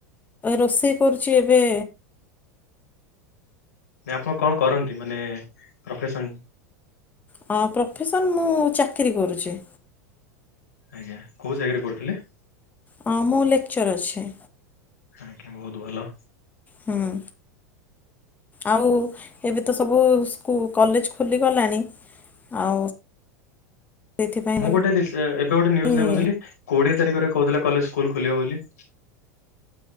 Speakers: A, on the left; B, on the left.
A: ରୋଷେଇ କରୁଚି ଏବେ
B: ନା ଆପଣ କଣ କରନ୍ତି ମାନେ ପ୍ରଫେସନ୍?
A: ହଁ ପ୍ରଫେସନ୍ ମୁଁ ଚାକିରି କରୁଛି।
B: ଆଜ୍ଞା କୋଉ ଜାଗାରେ କରୁଥିଲେ?
A: ହଁ ମୁଁ ଲେକ୍ଚର୍ ଅଛି।
B: ଆଜ୍ଞା ବହୁତ ଭଲ।
A: ହୁଁ। ଆଉ ଏବେ ତ ସବୁ ସ୍କୁ କଲେଜ୍ ଖୋଲିଗଲାଣି। ଆଉ ସେଥିପାଇଁ
B: ମୁଁ ଗୋଟେ ରିସେ ଏବେ ଗୋଟେ
A: ବୋଲି
B: ନ୍ୟୁଜ୍ ଦେଖୁଥିଲି କୋଡିଏ ତାରିଖରେ କହୁଥିଲା କଲେ ସ୍କୁଲ ଖୋଲିବ ବୋଲି।